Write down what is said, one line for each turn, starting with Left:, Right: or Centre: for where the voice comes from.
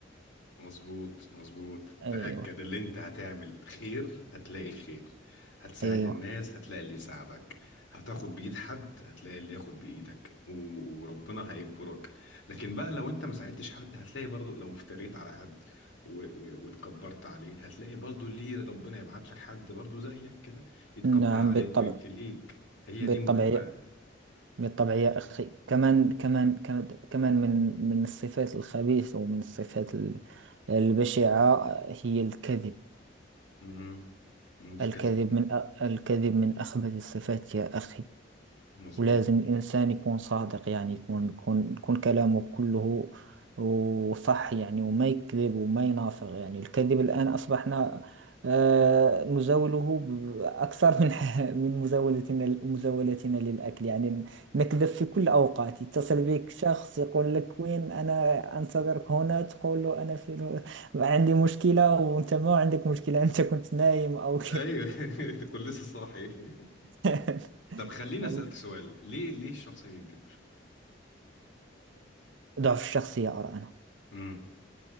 Left: مظبوط مظبوط
Right: أيوة
Left: تأكد اللي انت هتعمل خير هتلاقي الخير هتساعد
Right: أيوة
Left: الناس هتلاقي اللي يساعدك هتاخد بإيد حد هتلاقي اللي ياخد بإيدك و- وربنا هيجبرك لكن بقى لو انت ما ساعدتش حد هتلاقي برضو لو افتريت على حد و... و... واتكبرت عليه هتلاقي برضو ليه ربنا يبعت لك حد برضو زيك كده يتكبر
Right: نعم
Left: عليك
Right: بالطبع
Left: ويبتليك هي
Right: بالطبع
Left: دي مهمة
Right: بالطبع يا أخي كمان كمان كمان كمان من من الصفات الخبيثة ومن الصفات ال- البشعة هي الكذب
Left: مهم. الكذب
Right: الكذب من أ- الكذب من أخبث الصفات يا أخي
Left: مظبوط
Right: ولازم الإنسان يكون صادق يعني يكون يكون يكون كلامه كله وصح يعني وما يكذب وما ينافق يعني الكذب الآن أصبحنا آه، نزاوله ب- أكثر من <laughs> من مزاولتنا مزاولتنا للأكل يعني نكذب في كل أوقات يتصل بك شخص يقول لك وين أنا أنتظرك هنا تقول له أنا في <laughs> عندي مشكلة وأنت ما عندك مشكلة أنت كنت نايم أو
Left: ايوه <laughs> كنت لسه صاحي <laughs>
Right: <laughs>
Left: طب خليني اسالك سؤال ليه ليه الشخص بيكذب
Right: ضعف الشخصية أرى أنا
Left: امم